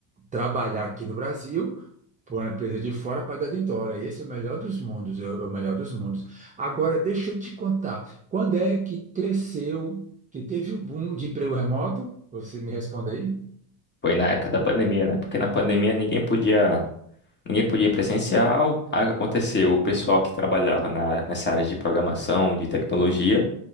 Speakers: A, on the right; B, on the left.
A: trabalhar aqui no Brasil para uma empresa de fora pagada em dólar. Esse é o melhor dos mundos, é o melhor dos mundos. Agora, deixa eu te contar, quando é que cresceu, que teve o boom de emprego remoto? Você me responde aí?
B: Foi na época da pandemia, né? Porque na pandemia ninguém podia Ninguém podia ir presencial. Aí o que aconteceu? O pessoal que trabalhava na, nessa área de programação, de tecnologia,